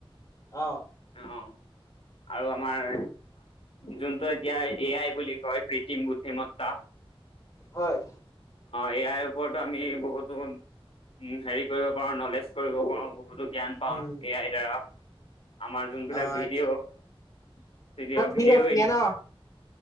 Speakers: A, on the left; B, on the left.
A: অ'।
B: অ'। আৰু আমাৰ যোনটো এতিয়া এ আই বুলি কয় কৃত্ৰিম বুদ্ধিমত্তা
A: হয়।
B: এই আইৰ ওপৰতো আমি বহুতো উ হেৰি কৰিব পাৰো নলেজ কৰিব পাৰো। বহুতো জ্ঞান পাওঁ
A: উম,
B: এ য়াই দ্বাৰা আমাৰ যোনবিলাক
A: অ',
B: ভিডিঅ' ভিডিঅ
A: ঠিক আছে
B: এডিটিং
A: দিয়া ন'